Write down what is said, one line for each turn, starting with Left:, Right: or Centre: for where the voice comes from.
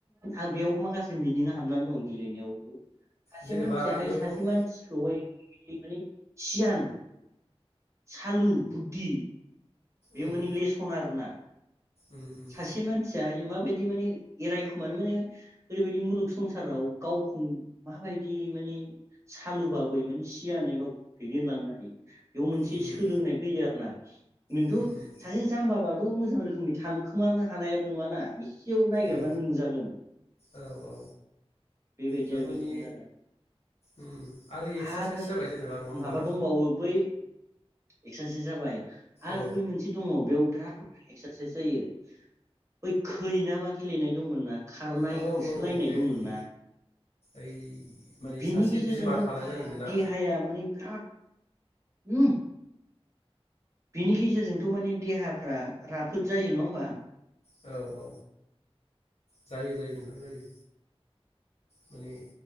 Right: आं बेयाव माखासे मिनिं हाबनानै दं गेलेनायावबो सासे
Left: जेनेबा
Right: मानसियाहाय
Left: इयावथ'
Right: सासे मानसिखौहाय माने सियान सालु बुद्धि बे
Left: उम
Right: माने लेस आरोना।
Left: उम उम
Right: सासे मानसिया मा बायदि दि माने एरायखुमानो माने ओरैबायदि मुलुग संसाराव गावखौ माबायदि माने सालुबाबो माने सियानै गावखौ दैदेनलांनो हायो। बेयाव मोनसे
Left: उम
Right: सोलोंनाय फैयो आरोना। नोंथ'
Left: उम उम
Right: सासे जाम्बाबाथ' मोजां रोखोमै था हानाय नुवाना। खियाव नागिरबानो
Left: औ
Right: नुजागोन।
Left: औ औ
Right: बेबायदिया
Left: थारमानि
Right: बेरखां जादों
Left: उम एक्सारसाइस
Right: आरो
Left: जाबाय जेनेबा नङा होमबा
Right: माबा दंबावो बै एकस'सो जाबाय आरो
Left: औ
Right: बै मोनसे दङ बेयाव बिराद एक्सारसाइस जायो। बै खै ना मा गेलेनाय दंमोन ना? खारनाय
Left: औ
Right: होसोलायनाय
Left: औ औ बे
Right: दंमोन
Left: उम
Right: ना?
Left: ओइ माने
Right: बिनि
Left: सासे
Right: गेजेरजोंथ'
Left: बिमा थालाय
Right: बा
Left: लायोमोन ना
Right: देहाया माने बिराद उम। बिनि गेजेरजोंथ' माने देहाफ्रा राफोद जायो नङा होमबा?
Left: औ औ जायो जायो नोंथां जायो माने